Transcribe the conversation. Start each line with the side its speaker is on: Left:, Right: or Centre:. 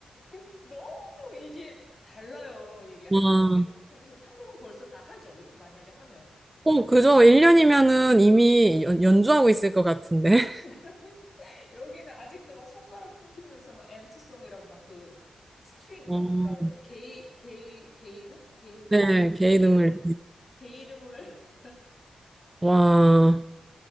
Left: 이게 너무 이게 달라요. 이게 한국이랑
Right: 와,
Left: 텐션이. 한국은 벌써 다 하죠. 이렇게 만약에 하면.
Right: 어, 그죠. 1년이면은 이미 연, 연주하고 있을 것 같은데. <laughs>
Left: 그러니까 <laughs> 여기는 아직도 막 손가락 튕기면서 막 엔트송이라고 막 그 스트링,
Right: 어,
Left: 그러니까 뭐라 그러지? 게이, 게이, 게이름? 게으름?
Right: 네, 개이름을.
Left: 게이름, 게이름을.
Right: 와,